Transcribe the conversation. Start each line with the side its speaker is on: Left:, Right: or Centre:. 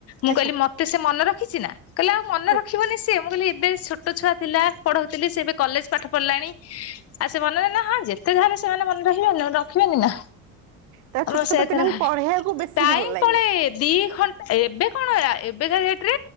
Left: ମୁଁ
Right: ଆଚ୍ଛା
Left: କହିଲି ମତେ ସେ ମନ ରଖିଛି ନା କହିଲେ ଆଉ ମନ
Right: ହୁଁ
Left: ରଖିବନି ସିଏ ମୁଁ କହିଲି ଏବେ ଛୋଟ ଛୁଆ ଥିଲା ପଢଉଥିଲି ସିଏ ଏବେ କଲେଜ ପାଠ ପଢିଲାଣି। ଆଉ ସେ ମନରେ ନା ହଁ ଯେତେ ଯାହାହେଲେ ସେମାନେ ମନେ ରହିବେନି ରଖିବେନି ନା।
Right: ତା
Left: <unintelligible>
Right: ଛୋଟ ଛୋଟ ପିଲାଙ୍କୁ ପଢେଇବାକୁ ବେଶୀ
Left: ଟାଇମ୍
Right: ଭଲ ଲାଗେ।
Left: ପଳେଇ ଦି ଘଣ୍ଟା ଏବେ କଣ ଆ ଏବେକା ଡେଟରେ